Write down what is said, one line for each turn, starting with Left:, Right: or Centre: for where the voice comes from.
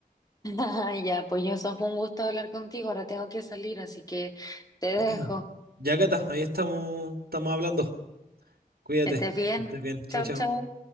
Left: <laughs> Ya, pues yo, fue un gusto hablar contigo. Ahora tengo que salir, así que te
Right: <clears throat>
Left: dejo.
Right: Ya, Cata, ahí estamos, estamos hablando. Cuídate,
Left: Que estés bien.
Right: que estés bien. Chao,
Left: Chau,
Right: chao.
Left: chau.